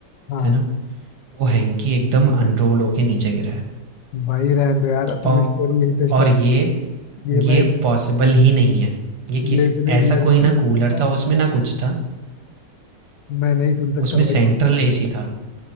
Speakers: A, on the left; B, on the right.
A: हाँ
B: है ना? वो हैंकी एकदम अनरोल होके नीचे गिरा है।
A: भाई रहने दो यार तुम
B: औ
A: स्टोरी यहीं पे स्टॉप
B: और ये
A: ये मैं
B: ये
A: इतने
B: पॉसिबल ही नहीं है ये किस
A: ये इतने
B: ऐसा
A: रियलिस्टिक
B: कोई ना कूलर
A: मैं
B: था उसमें ना कुछ था
A: मैं नहीं सुन सकता
B: उसमें
A: भाई
B: सेंट्रल
A: और
B: एसी था